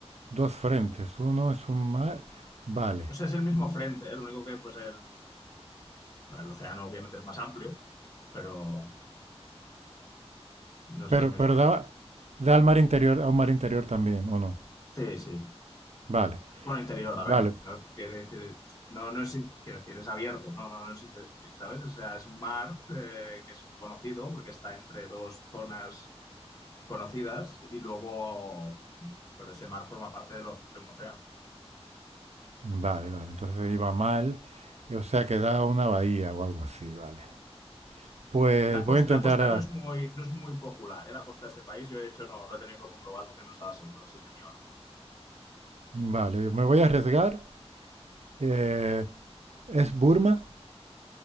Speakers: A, on the right (about 80°); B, on the left (about 35°).
A: dos frentes. Uno es un mar, vale.
B: O sea, es el mismo frente, ¿eh? Lo único que, pues, el, el océano obviamente es más amplio, pero no sé
A: Pero,
B: si me explico.
A: pero da, da al mar interior, a un mar interior también, ¿o no?
B: Sí, sí.
A: Vale,
B: Bueno, interior, a
A: vale,
B: ver, no, quiere decir, no, no es, in- quiero decir, es abierto, no, no, no es inter- ¿sabes? O sea, es un mar eh, que es conocido porque está entre dos zonas conocidas y luego, pero ese mar forma parte del, oce- de un océano.
A: vale, vale. Entonces ahí va mal. eh, O sea que da a una bahía o algo así, vale. Pues
B: La,
A: voy
B: cos-
A: a intentar
B: la costa
A: a-
B: no es muy, no es muy popular, ¿eh? La costa de este país, yo de hecho no lo he tenido que comprobar porque no estaba seguro de si tenía o no.
A: Vale, me voy a arriesgar. Eh, ¿es Burma?